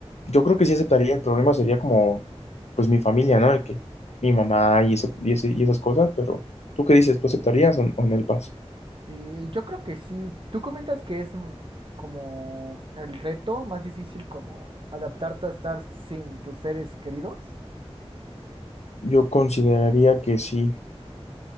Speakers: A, on the left; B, on the right.
A: yo creo que sí aceptaría, el problema sería como, pues mi familia, ¿no? El que mi mamá y, ese, y, ese- y esas cosas, pero ¿tú qué dices? ¿Tú aceptarías o, o no el PAS?
B: Eh, yo creo que sí. Tú comentas que es mm, como el reto más difícil como adaptarte a estar sin tus seres queridos.
A: Yo consideraría que sí,